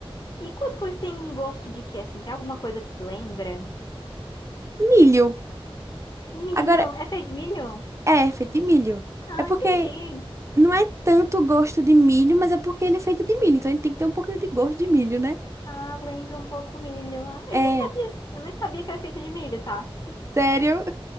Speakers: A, on the left (about 45°); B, on the right (about 30°).
A: E cuscuz tem gosto de quê, assim? Tem alguma coisa que lembra?
B: Milho.
A: Milho.
B: Agora,
A: É feito de milho?
B: é, é feito de milho.
A: Ah,
B: É porque
A: entendi.
B: Não é tanto gosto de milho, mas é porque ele é feito de milho, então ele tem que ter um pouquinho de gosto de milho, né?
A: Ah, lembra um pouco o milho. Ah, eu
B: É,
A: nem sabia, eu nem sabia que era feito de milho, tá?
B: sério.